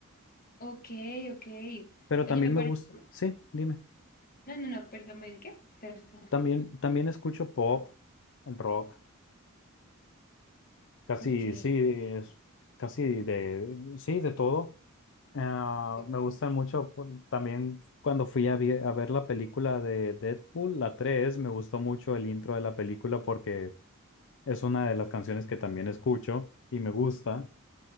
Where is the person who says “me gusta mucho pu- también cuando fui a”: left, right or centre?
Left